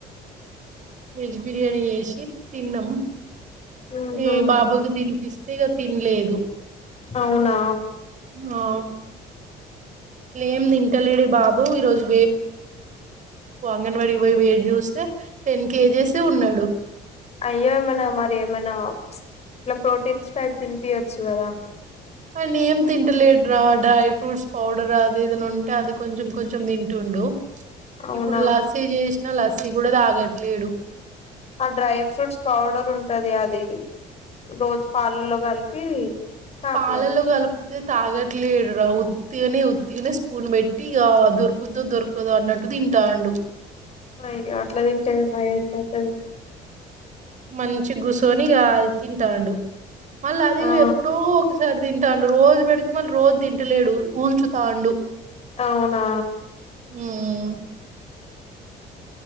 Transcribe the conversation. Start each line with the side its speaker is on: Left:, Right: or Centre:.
Right: వెజ్ బిర్యానీ చేసి తిన్నం
Left: ఊహూ
Right: ఈ బాబుకు తినిపిస్తు ఇగ తిన్లేదు
Left: అవునా
Right: ఆ ఏం తింటలేడు బాబు ఈ రోజు అంగన్వాడి కి పోయి వెయిట్ చూస్తే టెన్ కేజేసే ఉన్నాడు
Left: అయ్యో ఏమన్నా మరి ఏమన్నా ప్చ్ ఇట్లా ప్రోటీన్స్ టైప్ తినిపియచ్చు కదా
Right: అవన్నీ ఏం తింటలేడ్ర డ్రై ఫ్రూట్స్ పౌడర్ అది ఏదన్నా ఉంటే అది కొంచెం కొంచెం దింటుండు
Left: అవునా
Right: ఇప్పుడు లస్సీ చేసిన లస్సీ కూడా తాగట్లేడు
Left: ఆ డ్రై ఫ్రూట్స్ పౌడర్ ఉంటది అది రోజు పాలలో కల్పి తాగిపీయలే
Right: పాలలో కలిపితే తాగట్లేడు రా ఉత్తిగనే ఉత్తిగనే స్పూన్ బెట్టి ఇగ దొరుకుతదో దొరుకదో అన్నట్టు తింటుండు సిరప్ తాగుతాండు
Left: అయ్యో అట్ల తింటే ఏం వెయిట్ పెరుగుతది
Right: మంచిగా కుసొని ఇగా తింటాడు మళ్ళీ అది
Left: ఆ
Right: ఎప్పుడో ఒకసారి తింటాండు రోజు పెడితే మళ్ళీ రోజు తింటలేడు ఊన్చుతాండు
Left: అవునా
Right: మ్మ్ హ్హ్